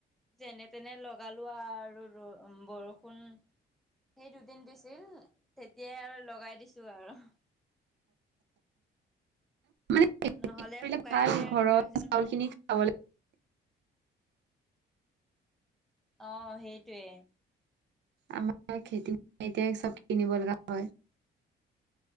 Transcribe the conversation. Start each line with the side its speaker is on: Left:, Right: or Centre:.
Centre: যেনে তেনে লগালো আৰু ৰ বৰষুণ। সেই দুদিন দিছিল তেতিয়াই আৰু লগাই দিছো আৰু।
Right: মানে খেতি
Centre: নহ'লে
Right: কৰিলে
Centre: শুকাই
Right: ভাল
Centre: গ'লে আৰু
Right: ঘৰৰ
Centre: দিগদাৰ হৈ যাব
Right: চাউলখিনি
Centre: নহয়
Right: খাব লে
Centre: অঁ সেইটোৱে।
Right: আমাৰ খেতি নাই এতিয়া চব কিনিব লগা হয়।